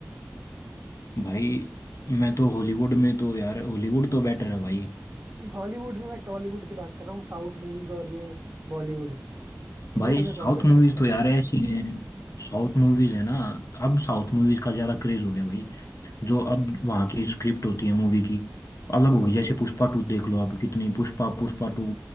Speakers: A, on the left; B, on the right.
A: भाई मैं तो हॉलीवुड में तो यार हॉलीवुड तो बेटर है भाई
B: नहीं हॉलीवुड नहीं मैं टॉलीवुड की बात कर रहा हूँ साउथ मूवीज और ये बॉलीवुड इनमें
A: भाई
B: तुम्हें
A: साउथ
B: कौन बेटर
A: मूवीज
B: लगता है
A: तो यार ऐसी हैं साउथ मूवीज है ना अब साउथ मूवीज का ज्यादा क्रेज हो गया भाई जो अब वहाँ की स्क्रिप्ट होती है मूवी की अलग होगी जैसे पुष्पा टू देख लो आप कितनी पुष्पा पुष्पा टू